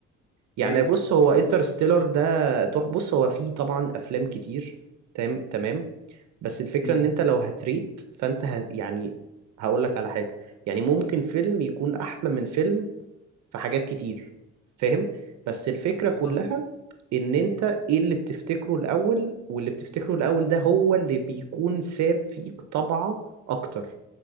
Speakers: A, on the right; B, on the left.
A: يعني
B: ليه
A: بص هو
B: فيلم
A: انترستيلر
B: بجد تحفه
A: ده تح بص هو فيه طبعا افلام كتير تمام تمام بس الفكرة
B: امم
A: ان انت لو هتريت فانت ه... يعني هقول لك على حاجة يعني ممكن فيلم يكون احلى من فيلم في حاجات كتير فاهم بس الفكرة
B: بالظبط
A: كلها ان انت ايه اللي بتفتكره الاول واللي بتفتكره الاول ده هو اللي بيكون ساب فيك طبعة اكتر